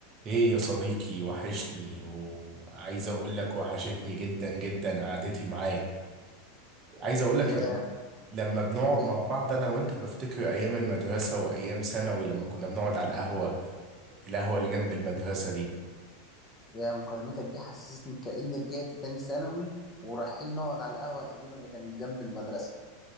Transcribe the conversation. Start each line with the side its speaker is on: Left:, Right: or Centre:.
Right: ايه يا صديقي وحشني وعايز اقول لك وحشتني جدا جدا قعدتي معاك عايز اقول لك
Left: يا
Right: لما لما بنقعد
Left: يا
Right: مع بعض انا وانت بفتكر ايام المدرسة وايام ثانوي لما كنا بنقعد على القهوة القهوة اللي جنب المدرسة دي
Left: يا مكالمتك دي حسسني كأني رجعت تاني ثانوي ورايحين نقعد على القهوة القديمة اللي كانت جنب المدرسة